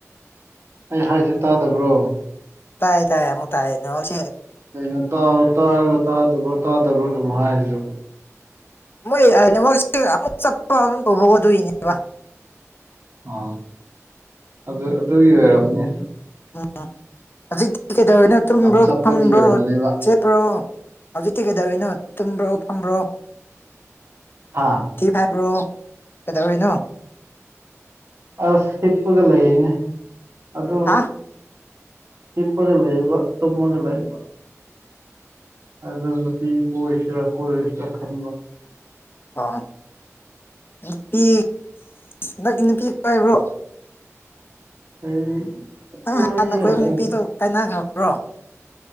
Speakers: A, on the right; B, on the left.
A: ꯑꯩ ꯍꯥꯏꯁꯤ ꯇꯗꯕ꯭ꯔꯣ
B: ꯇꯥꯏ ꯇꯥꯏꯌꯦ ꯑꯃꯨꯛ ꯇꯥꯏ ꯅꯦꯠꯋꯥꯛꯁꯤ
A: ꯀꯩꯅꯣ ꯇ ꯇꯥꯔꯒ ꯇꯥꯗꯕ꯭ꯔꯣ ꯇꯥꯗꯕ꯭ꯔꯣ ꯑꯗꯨꯝ ꯍꯥꯏꯔꯤꯗꯨꯕꯨ
B: ꯃꯣꯏ ꯅꯦꯠꯋꯥꯛꯁꯤ ꯑꯃꯨꯛ ꯆꯠꯄ ꯑꯗꯨꯝ ꯇꯧꯕ ꯑꯗꯨꯒꯤꯅꯦꯕ
A: ꯑ ꯑꯗꯨ ꯑꯗꯨꯒꯤ ꯑꯣꯏꯔꯝꯅꯤ
B: ꯎꯝ ꯍꯧꯖꯤꯛꯇꯤ ꯀꯩꯗꯧꯅꯣ ꯇꯨꯝꯕ꯭ꯔꯣ
A: ꯌꯥꯝ ꯆꯞꯄꯒꯤ
B: ꯐꯕ꯭ꯔꯣ
A: ꯑꯣꯏꯔꯝꯅꯦꯕ
B: ꯆꯠꯄ꯭ꯔꯣ ꯍꯧꯖꯤꯛꯇꯤ ꯀꯩꯗꯧꯔꯤꯅꯣ ꯇꯨꯝꯕ꯭ꯔꯣ ꯐꯝꯕ꯭ꯔꯣ
A: ꯍꯥ
B: ꯊꯤ ꯐꯥꯏꯕ꯭ꯔꯣ ꯀꯩꯗꯧꯔꯤꯅꯣ
A: ꯑꯁ ꯍꯤꯞꯄꯒ ꯂꯩꯅꯦ ꯑꯗꯨ
B: ꯍꯥ
A: ꯍꯤꯞꯄꯒ ꯂꯩꯌꯦꯕ ꯇꯨꯝꯃꯒ ꯂꯩꯌꯦꯕ ꯑꯗꯨ ꯅꯨꯄꯤ ꯀꯣꯏꯁꯤꯔ ꯀꯣꯏꯔꯣꯏꯁꯤꯔ ꯈꯟꯕ
B: ꯑꯣ ꯅꯨꯄꯤ ꯍꯟꯗꯛꯇꯤ ꯅꯨꯄꯤ ꯀꯣꯏꯕ꯭ꯔꯣ
A: ꯑꯩ
B: ꯅꯪ
A: ꯀꯣꯏꯌꯦ
B: ꯍꯥꯟꯅ ꯀꯣꯏꯕ
A: ꯍꯥꯏ
B: ꯅꯨꯄꯤꯗꯣ ꯀꯥꯏꯅꯈ꯭ꯔꯕ꯭ꯔꯣ